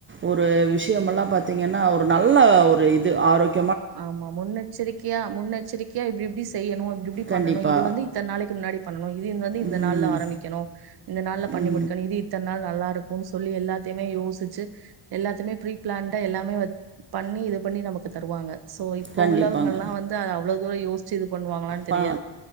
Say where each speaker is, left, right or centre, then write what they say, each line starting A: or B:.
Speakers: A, on the right; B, on the right.
A: ஒரு விஷயமல்லாம் பாத்தீங்கன்னா ஒரு நல்ல ஒரு இது ஆரோக்
B: ஆமா முன்னெச்சரிக்கையா முன்னெச்சரிக்கையா இப்டி இப்டி செய்யணு இப்டிப்டி
A: கண்டிப்பா.
B: பண்ணணு இது வந்து இத்தன நாளைக்கு முன்னாடி பண்ணணு இது இ வந்து இந்த
A: ம்,
B: நாள் ஆரம்பிக்கணு இந்த நாள்ல பண்ணி
A: ம்.
B: முடிக்கணு இது இத்தன் நாள் நல்லா ருக்கும் சொல்லி எல்லாத்தைமே யோசிச்சு எல்லாத்தமே ஃப்ரி பிளாண்ட்டா எல்லாமே பண்ணி இது பண்ணி நமக்கு தருவாங்க சோ இப்ப
A: கண்டிப்பாங்க.
B: உள்ளவங்கல்லாம் வந்து அ இவ்ளோதூரயோச்சது பண்ணுவாங்களான்
A: பா
B: தெரியாது